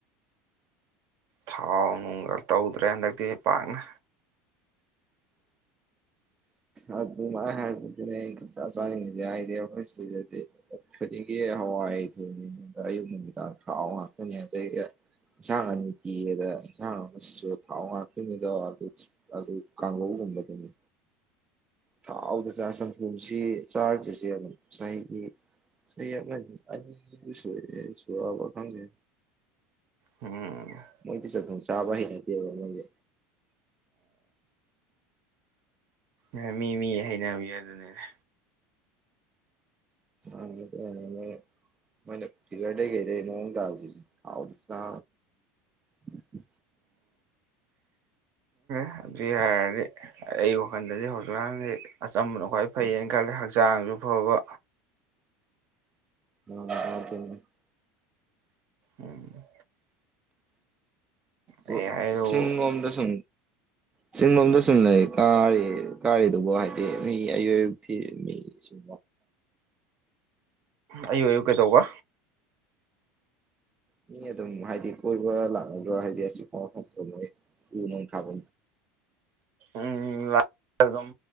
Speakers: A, on the right (about 50°); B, on the right (about 20°).
A: ꯊꯥꯎ ꯅꯨꯡꯒ ꯇꯧꯗ꯭ꯔꯦ ꯍꯟꯗꯛꯇꯤ ꯄꯥꯛꯅ
B: ꯑ ꯃꯥꯏ ꯍꯥꯏꯕꯗꯨꯅꯦ <unintelligible> ꯈꯨꯗꯤꯡꯒꯤ ꯍꯋꯥꯏ ꯊꯣꯏ ꯑꯌꯨꯛ ꯅꯨꯃꯤꯗꯥꯡ ꯊꯥꯎ ꯉꯥꯛꯇꯅꯦ ꯑꯗꯒꯤ--꯫ ꯏꯟꯁꯥꯡ ꯑꯅꯤ ꯄꯤꯕꯗ ꯏꯟꯁꯥꯡꯁꯤꯁꯨ ꯊꯥꯎ ꯉꯥꯛꯇꯣꯏꯅꯤꯗ ꯑꯗꯨ ꯀꯥꯡꯧꯕꯗꯅꯤ ꯊꯥꯎꯗ ꯆ ꯁꯪꯒꯝꯁꯤ ꯆꯥꯔꯗ꯭ꯔꯔꯤꯁꯦ ꯑꯗꯨꯝ ꯉꯁꯥꯏꯒꯤ ꯁ ꯌꯥꯝ ꯑꯁꯨ ꯁꯕ ꯊꯪꯖꯦ
A: ꯎꯝ
B: ꯃꯣꯏꯗꯤ ꯆꯥꯛꯊꯣꯡ ꯆꯥꯕ ꯍꯩꯅꯗꯦꯕ ꯃꯣꯏꯁꯦ
A: ꯑꯦ ꯃꯤ ꯃꯤ ꯍꯩꯅꯕꯤ ꯑꯗꯨꯅꯤꯅꯦ
B: ꯑꯅꯦ ꯃꯣꯏꯅꯦ ꯐꯤꯒꯔꯒꯦꯗꯦ ꯃꯣꯡꯡꯒꯥꯎꯗ ꯎꯝ ꯎꯝ
A: ꯍꯥꯏꯗꯤ ꯑꯩ ꯋꯥꯈꯜꯗꯗꯤ ꯍꯧꯖꯤꯛꯀꯥꯟꯁꯦ ꯑꯆꯝꯕꯅ ꯈ꯭ꯋꯥꯏ ꯐꯩꯌꯦꯅ ꯈꯜꯂꯦ ꯍꯛꯆꯥꯡꯁꯨ ꯐꯕ
B: ꯎ
A: ꯎꯝ
B: ꯑꯣ
A: ꯑꯩ ꯍꯥꯏꯗꯨꯕꯨ
B: ꯁꯤꯁꯤꯡꯒꯝꯗ ꯁꯤ ꯆꯤꯡꯂꯣꯝꯗ ꯁꯨꯝ ꯂꯩ ꯀꯥꯔꯤ ꯀꯥꯔꯤꯗꯨꯕꯨ ꯍꯥꯏꯗꯤ ꯃꯤ ꯑꯌꯨꯛ ꯑꯌꯨꯛ ꯊꯤ ꯃꯤ ꯁꯨꯝ
A: ꯑꯌꯨ ꯑꯣꯏꯌꯨ ꯀꯩꯗꯧꯕ
B: ꯃꯤ ꯑꯗꯨꯝ ꯍꯥꯏꯗꯤ ꯀꯣꯏꯕ ꯂꯥꯛꯅꯕ꯭ꯔꯥ ꯍꯥꯏꯗꯤ ꯑꯁꯤ ꯃꯣꯏ ꯎ ꯅꯨꯡ ꯊꯥꯕ
A: ꯎ ꯑꯗꯨꯝ